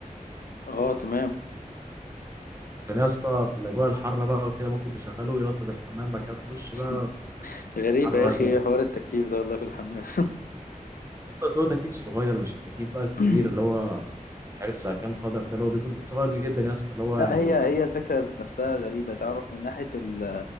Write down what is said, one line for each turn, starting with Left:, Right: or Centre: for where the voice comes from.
Left: اه تمام
Right: عشان يا اسطى في الاجواء الحاره بقى وكده ممكن تشغله ويرطب الحمام بعد كده تخش
Left: <clears throat>
Right: بقى
Left: <laughs> غريبة
Right: حمام
Left: يا
Right: مثلا
Left: أخي حوار التكييف ده والله في الحمام
Right: بس هو تكييف صغير مش التكييف بقى الكبير
Left: <clears throat>
Right: اللي هو
Left: <laughs>
Right: مش عارف ساعة كام قدم ده اللي هو بيكون صغير جدا يا اسطى اللي هو
Left: لا
Right: يعني
Left: هي هي الفكرة ذات نفسها غريبة تعرف من ناحية ال